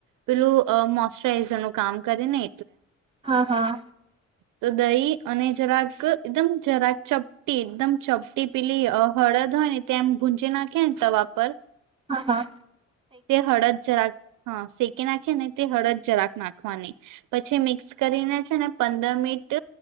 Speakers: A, on the right; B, on the right.
A: પેલું મોશચરાઈઝર નું કામ કરેને
B: હા હા
A: તો દહી અને જરાક એકદમ જરાક ચપટી એકદમ ચપટી પીલી હળદ તેમ ગૂંજી નાખે ને તવા પર
B: હા હા
A: તે હળદ જરાક હા શેકી નાખી ને તે હળદ જરાક નાખવાની પછી મિક્સ કરીને છે ને પંદર મિનિટ